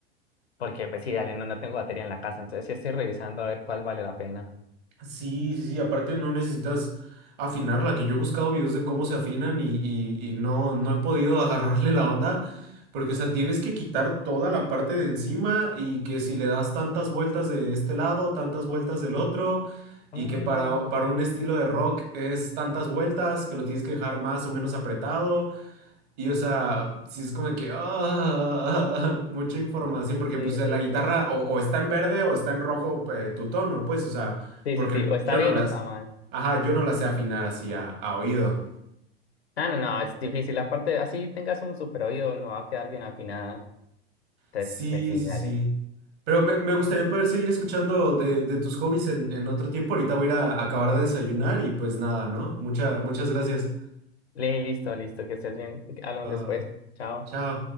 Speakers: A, on the left (about 80°); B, on the right (about 55°).
A: porque pues sí, dale, no, no tengo batería en la casa, entonces sí estoy revisando a ver cuál vale la pena.
B: Sí, sí, sí, aparte no necesitas afinarla, que yo he buscado videos de cómo se afinan y, y- y no, no he podido <laughs> agarrarle la onda, porque o sea, tienes que quitar toda la parte de encima y que si le das tantas vueltas de este lado, tantas vueltas del otro, y
A: Mm,
B: que para, para un estilo de rock es tantas vueltas, que lo tienes que dejar más o menos apretado, y o sea, sí es como de que ah, <laughs> mucha información,
A: mm,
B: porque
A: sí,
B: pues la
A: sí,
B: guitarra
A: sí.
B: o, o está en verde o está en rojo eh, tu tono, pues, o sea,
A: Sí,
B: porque
A: sí, sí, o está
B: yo no
A: bien
B: las,
A: o está mal.
B: ajá, yo no las sé afinar así a, a oído.
A: No, no, no, es difícil. Aparte, así tengas un super oído, no va a quedar bien afinada. Entonces,
B: Sí,
A: pues sí,
B: sí,
A: dale.
B: sí. Pero me, me gustaría
A: Eh,
B: poder seguir escuchando de, de tus hobbies en, en otro tiempo. Ahorita voy a ir a acabar de desayunar y pues nada, ¿no? Mucha, muchas gracias.
A: Li- Listo, listo, que estés bien. Hablamos
B: Va,
A: después.
B: va.
A: Chao.
B: Chao.